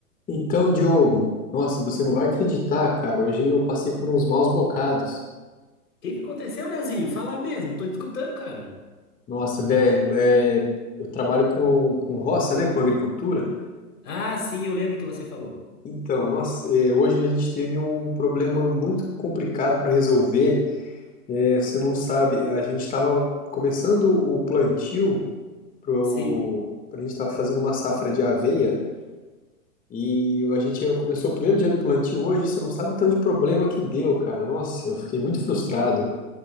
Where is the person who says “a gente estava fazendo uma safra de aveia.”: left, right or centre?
Left